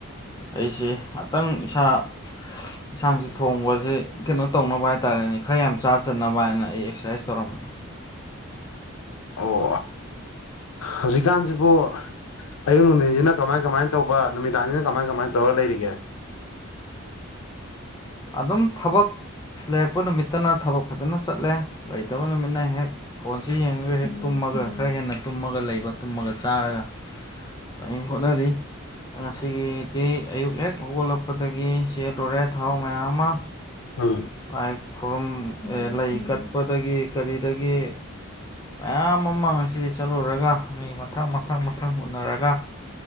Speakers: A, on the left; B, on the left.
A: ꯑꯩꯁꯦ ꯉꯥꯇꯪ ꯏꯁꯥ ꯏꯟꯁꯥꯡꯁꯤ ꯊꯣꯡꯕꯖꯦ ꯀꯩꯅꯣ ꯇꯧꯅꯕ ꯍꯥꯏꯇꯥꯔꯦꯅꯦ ꯈꯔ ꯌꯥꯝ ꯆꯥ ꯆꯟꯅꯕ ꯍꯥꯏꯅ ꯑꯩ ꯑꯦꯛꯁꯔꯁꯥꯏꯁ ꯇꯧꯔꯝꯕꯅꯤ
B: ꯑꯣ ꯍꯧꯖꯤꯛꯀꯥꯟꯁꯤꯕꯨ ꯑꯌꯨꯛ ꯅꯨꯡꯊꯤꯟꯖꯤꯅ ꯀꯃꯥꯏ ꯀꯃꯥꯏꯅ ꯇꯧꯕ ꯅꯨꯃꯤꯗꯥꯡꯖꯤꯅ ꯀꯃꯥꯏ ꯀꯃꯥꯏꯅ ꯇꯧꯔ ꯂꯩꯔꯤꯒꯦ
A: ꯑꯗꯨꯝ ꯊꯕꯛ ꯂꯩꯔꯛꯄ ꯅꯨꯃꯤꯠꯇꯅ ꯊꯕꯛ ꯐꯖꯅ ꯆꯠꯂꯦ ꯂꯩꯇꯕ ꯅꯨꯃꯤꯠꯅ ꯍꯦꯛ ꯐꯣꯟꯁꯤ ꯌꯦꯡꯉꯒꯥ ꯍꯦꯛ ꯇꯨꯝꯃꯒꯥ ꯈꯔ ꯍꯦꯟꯅ ꯇꯨꯝꯃꯒꯥ ꯂꯩꯕ ꯇꯨꯝꯃꯒꯥ ꯆꯥꯔꯒꯥ ꯑꯩ ꯍꯣꯠꯅꯔꯤ ꯉꯁꯤꯒꯤꯗꯤ ꯑꯌꯨꯛ ꯍꯦꯛ ꯍꯧꯒꯠꯂꯛꯄꯗꯥꯒꯤ ꯆꯦꯜꯂꯨꯔꯦ ꯊꯥꯎ ꯃꯌꯥꯝꯃꯥ
B: ꯎꯝ
A: ꯃꯥꯏ ꯈꯨꯔꯨꯝ ꯂꯩ ꯀꯠꯄꯗꯒꯤ ꯀꯔꯤꯗꯒꯤ ꯃꯌꯥꯝ ꯑꯃ ꯉꯁꯤ ꯆꯠꯂꯨꯔꯒ ꯃꯤ ꯃꯊꯪ ꯃꯊꯪ ꯃꯊꯪ ꯎꯅꯔꯒ